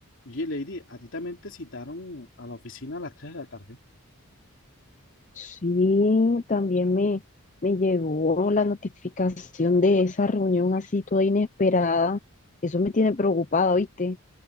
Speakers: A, on the left; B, on the left.
A: Oye, Lady, ¿a ti también te citaron a la oficina a las tres de la tarde?
B: Sí, también me, me llegó la notificación de esa reunión así toda inesperada. Eso me tiene preocupada, ¿oíste?